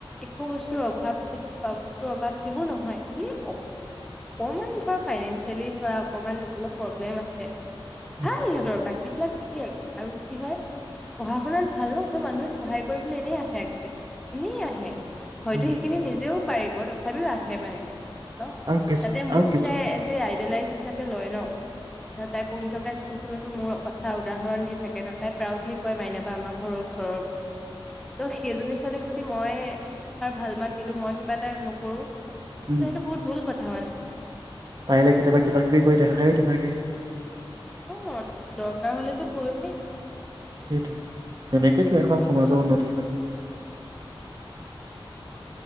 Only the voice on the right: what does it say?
হয়
হয় হয়।
আৰু কিছু
আৰু
কিছু
উম
পাৰিলে কেতিয়াবা কিবা কিবি কৰি দেখায় দিবাগে।
সেইটোৱে তেনেকেতো এখন সমাজৰ উন্নতি হয়।